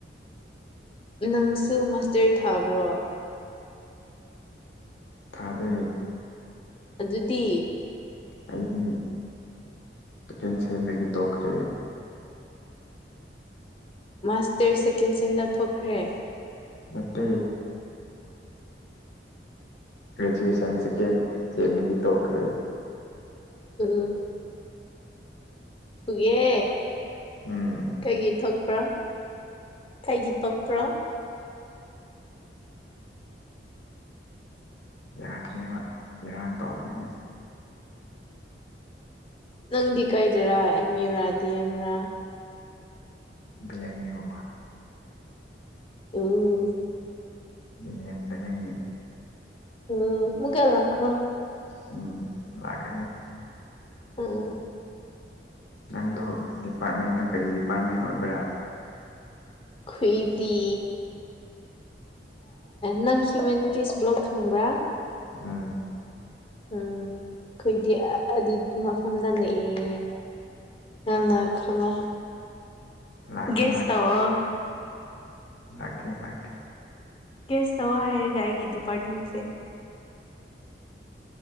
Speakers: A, on the left (about 30°); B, on the left (about 80°).
A: ꯅꯪꯁꯨ ꯃꯥꯁꯇꯔ ꯊꯥꯕ꯭ꯔꯣ
B: ꯇꯥꯗꯩ
A: ꯑꯗꯨꯗꯤ
B: ꯑꯩꯗꯤ ꯁꯦꯀꯦꯟ ꯁꯦꯝꯗꯒꯤ ꯇꯣꯛꯈ꯭ꯔꯦ
A: ꯃꯥꯁꯇꯔ ꯁꯦꯀꯦꯟ ꯁꯦꯝꯗ ꯊꯣꯛꯈ꯭ꯔꯦ
B: ꯃꯇ ꯒ꯭ꯔꯦꯖꯨꯑꯦꯁꯟ ꯁꯦꯀꯦꯟ ꯆꯦꯟꯗꯒꯤ ꯇꯣꯛꯈ꯭ꯔꯦ
A: ꯎ ꯐꯨꯒꯦ
B: ꯎꯝ
A: ꯀꯩꯒꯤ ꯊꯣꯛ ꯄꯛꯄ꯭ꯔꯥ ꯈꯩꯒꯤ ꯇꯣꯀꯄꯔꯥ
B: ꯌꯥꯗ꯭ꯔꯦꯕ ꯏꯔꯥꯡ ꯇꯧꯕꯒꯤ
A: ꯅꯪꯗꯤ ꯀꯩꯗꯔꯥ ꯑꯦꯝ ꯌꯨꯔꯥꯗꯤ ꯑꯦꯝꯔꯥ
B: ꯒꯦꯝ ꯌꯨ
A: ꯎꯝ
B: ꯌꯦꯗꯗꯒꯤ
A: ꯎ ꯃꯨꯒꯦ ꯂꯈ꯭ꯔꯣ
B: ꯎꯝ ꯂꯒꯒꯦ
A: ꯎꯝ
B: ꯅꯪꯗꯣ ꯗꯤꯄꯥꯔꯠꯃꯦꯟꯗꯨꯣ ꯀꯔꯤ ꯗꯤꯄꯥꯔꯠꯃꯦꯟ ꯑꯣꯏꯕ꯭ꯔꯥ
A: ꯈꯏꯗꯤ ꯅꯪ ꯍꯤꯌꯨꯃꯤꯅꯤꯇꯤꯁ ꯕ꯭ꯂꯣꯣꯛ ꯈꯪꯕ꯭ꯔꯥ
B: ꯎꯝ
A: ꯎꯝ ꯑꯩꯈꯣꯏꯗꯤ ꯑꯗꯨ ꯃꯐꯝꯗ ꯂꯩꯑꯦ ꯅ ꯈꯉ
B: ꯂꯥꯛꯀꯦ
A: ꯒꯦꯁ ꯇꯋꯥꯣ
B: ꯅꯥꯀꯦ ꯅꯥꯀꯦ
A: ꯒ꯭ꯦꯁ ꯇꯧꯔ ꯍꯥꯏꯔꯒ ꯑꯩꯒꯤ ꯗꯤꯄꯥꯔꯠꯃꯦꯟꯁꯦ